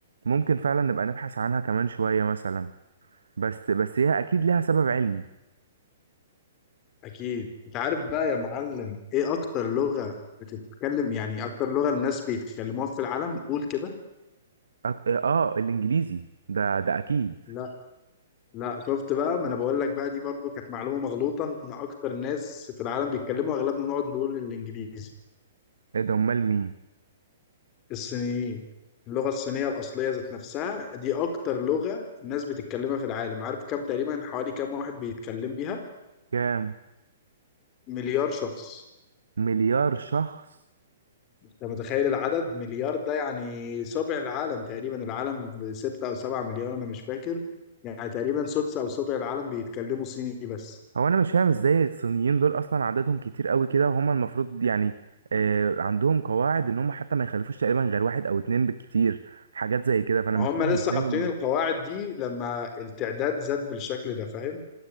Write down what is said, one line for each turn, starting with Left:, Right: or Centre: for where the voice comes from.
Right: ممكن فعلا نبقى نبحث عنها كمان شوية مثلا بس بس هي اكيد ليها سبب علمي
Left: أكيد أنت عارف بقى يا معلم إيه أكتر لغة بتتكلم يعني أكتر لغة الناس بيتكلموها في العالم قول كده
Right: أك... اه الانجليزي ده ده اكيد
Left: لا لا شفت بقى ما أنا بقول لك بقى دي برضو كانت معلومة مغلوطة إن أكتر ناس في العالم بيتكلموا أغلبنا نقعد نقول الإنجليزي
Right: ايه ده امال مين
Left: الصينيين اللغة الصينية الأصلية ذات نفسها دي أكتر لغة الناس بتتكلمها في العالم عارف كم تقريبا حوالي كم واحد بيتكلم بيها
Right: كام
Left: مليار شخص
Right: مليار شخص
Left: أنت متخيل العدد مليار ده يعني سبع العالم تقريبا العالم ستة أو سبعة مليار أنا مش فاكر يعني تقريبا سدس أو سبع العالم بيتكلموا صيني بس
Right: هو انا مش فاهم ازاي الصينيين دول اصلا عددهم كتير قوي كده وهم المفروض يعني آه عندهم قواعد ان هم حتى ما يخلفوش تقريبا غير واحد او اتنين بالكتير حاجات زي كده فانا
Left: ما
Right: مش
Left: هم
Right: فاهم
Left: لسه
Right: ازاي
Left: حاطين
Right: ما-
Left: القواعد دي لما التعداد زاد بالشكل ده فاهم